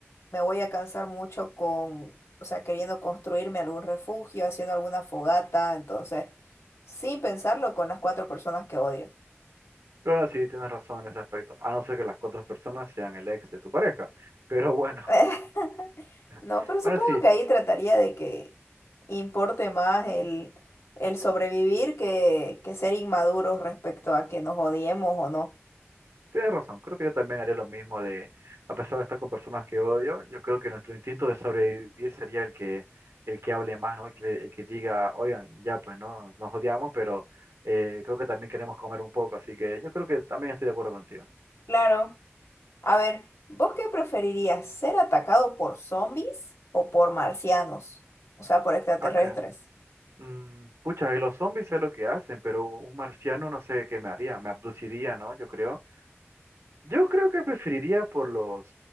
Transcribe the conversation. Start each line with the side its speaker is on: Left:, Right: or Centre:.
Left: me voy a cansar mucho con, o sea, queriendo construirme algún refugio, haciendo alguna fogata, entonces, sin pensarlo con las cuatro personas que odio.
Right: Claro, sí, tienes razón en ese aspecto. A no ser que las cuatro personas sean el ex de tu pareja. Pero bueno,
Left: <laughs> No,
Right: <laughs>
Left: pero supongo
Right: bueno, sí.
Left: que ahí trataría de que importe más el, el sobrevivir que, que ser inmaduros respecto a que nos odiemos o no.
Right: Tienes razón, creo que yo también haré lo mismo de, a pesar de estar con personas que odio, yo creo que nuestro instinto de sobrevivir sería el que, el que hable más, ¿no? El que, el que diga, oigan, ya pues no, nos odiamos, pero eh, creo que también queremos comer un poco, así que yo creo que también estoy de acuerdo contigo.
Left: Claro. A ver, ¿vos qué preferirías? ¿Ser atacado por zombies o por marcianos? O sea, por extraterrestres.
Right: Acá, mm, pucha, los zombies sé lo que hacen, pero un marciano no sé qué me haría, me abduciría, ¿no? Yo creo. Yo creo que preferiría por los,